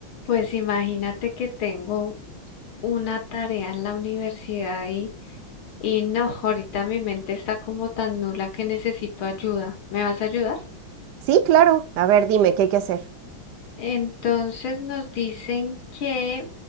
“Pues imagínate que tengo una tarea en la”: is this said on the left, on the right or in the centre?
Left